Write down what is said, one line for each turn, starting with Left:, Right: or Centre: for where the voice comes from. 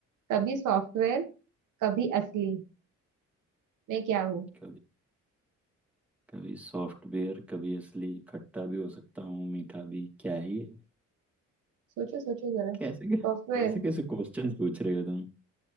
Right: कभी सॉफ्टवेयर कभी असली मैं क्या हूँ
Centre: कभी कभी सॉफ्टवेयर कभी असली खट्टा भी हो सकता हूँ मीठा भी क्या ही है
Right: सोचो सोचो जरा
Centre: कैसे कैसे
Right: सॉफ्टवेयर
Centre: कैसे क्वेश्चन पूछ रहे हो तुम